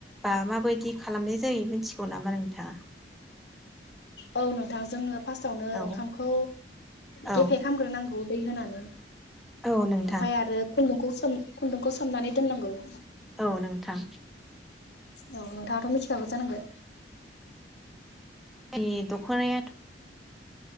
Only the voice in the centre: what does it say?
बा माबायदि खालामनाय जायो मिथिगौ नामा नों था
औ
औ
औ नोंथां
औ नोंथां
इ द'ख'नायाद